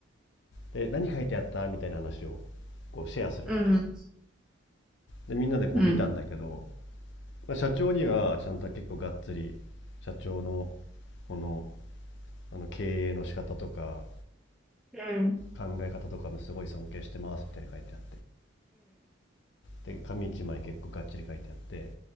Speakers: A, on the left; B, in the centre.
A: で何書いてあったみたいな話をこうシェアするわけよ
B: うん。う
A: でみんなでこう見たんだけど、
B: ん
A: まあ、社長にはちゃんと結構がっつり社長のこのあの経営の仕方とか
B: うん、
A: 考え方とかもすごい尊敬してますみたいな書いてあってで紙一枚結構がっちり書いてあって